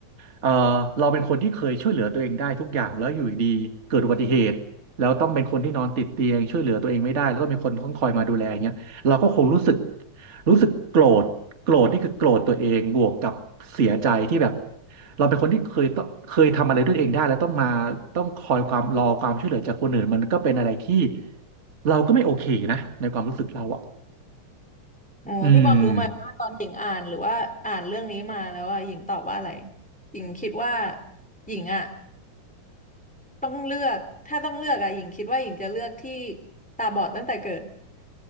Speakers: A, on the right; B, in the centre.
A: เออเราเป็นคนที่เคยช่วยเหลือตัวเองได้ทุกอย่างแล้วอยู่ดีเกิดอุบัติเหตุแล้วต้องเป็นคนที่นอนติดเตียงช่วยเหลือตัวเองไม่ได้แล้วก็มีคนต้องคอยมาดูแลเงี้ยเราก็คงรู้สึกรู้สึกโกรธโกรธนี่คือโกรธตัวเองบวกกับเสียใจที่แบบ เราเป็นคนที่เคยต้องเคยทำอะไรด้วยเองได้แล้วต้องมาต้องคอยความรอความช่วยเหลือจากคนอื่นมันก็เป็นอะไรที่เราก็ไม่โอเคนะในความรู้สึกเราอ่ะ
B: อ๋อพี่บอลรู้ไหมว่าตอนหญิงอ่านหรือว่าอ่านเรื่องนี้มาแล้วอ่ะหญิงตอบว่าอะไร
A: อืม
B: หญิงคิดว่าหญิงอ่ะ ต้องเลือกถ้าต้องเลือกอะหญิงคิดว่าหญิงจะเลือกที่ตาบอดตั้งแต่เกิด